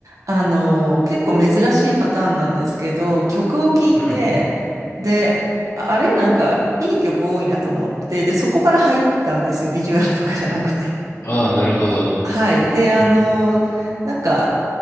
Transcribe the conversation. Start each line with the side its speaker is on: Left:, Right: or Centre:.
Right: あの、結構珍しいパターンなんですけど、曲を聴いて、
Left: うん。
Right: で、あれ、なんか、いい曲多いなと思って、で、そこから入ったんですよ、ビジュアルとかじゃなくて。
Left: ああ、なるほど。
Right: はい。で、あの、
Left: うん。
Right: なんか、